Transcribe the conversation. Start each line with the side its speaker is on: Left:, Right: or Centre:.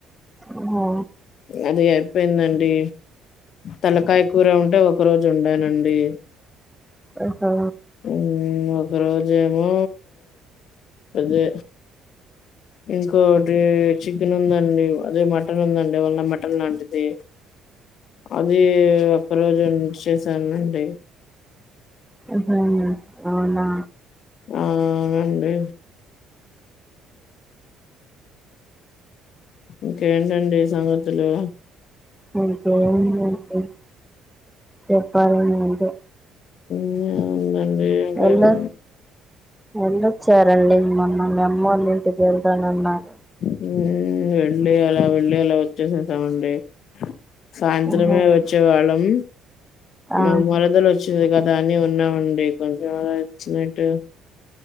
Centre: ఓహో
Left: అది అయిపోయిందండి తలకాయ కూర ఉంటే ఒక రోజు ఉండనండి
Centre: ఆహా
Left: హ్మ్ ఒక రోజేమో అదే ఇంకోటి చికెన్ ఉందండి అదే మటన్ ఉందండి వాళ మటన్ ట అది అది ఒక్కరోజే చేశానండి
Centre: ఆహా అవునా
Left: ఆ అవునండి ఇంకేంటండి సంఘతులు
Centre: ఇంకేముంది అండి చెప్పాలమ్డి మీరే
Left: ఏమి ఉంది అండి ఏం
Centre: వెళ్ళు
Left: లేదు
Centre: వెళ్ళొచ్చారండి మొన్న మీఅమ్మోళ్ళ ఇంటికి వెల్తానన్నారు
Left: హు వెళ్ళి అలా వెళ్ళి ఇలా వచ్చేసేసామండి సాయంత్రమే
Centre: ఓహో
Left: వచ్చేవాళ్ళం
Centre: ఆ
Left: మా మరదలొచ్ వ కదా అని ఉన్నామండి కొంచెం అలా వచ్చినట్టు